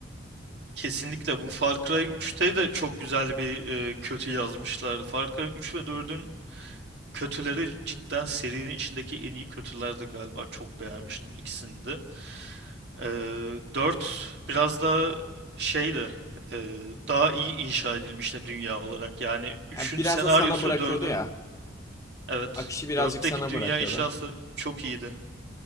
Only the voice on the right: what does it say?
kesinlikle bu Far Cry 3'te de çok güzel bir e, kötü yazmışlardı. Far Cry 3 ve dördün kötüleri cidden serinin içindeki en iyi kötülerdi galiba. Çok beğenmiştim ikisini de. Ee, 4 biraz da şeydi e, daha iyi inşa edilmişti dünya olarak. Yani üçün
senaryosu
dördün
Evet.
dörtteki
dünya
inşası çok iyiydi.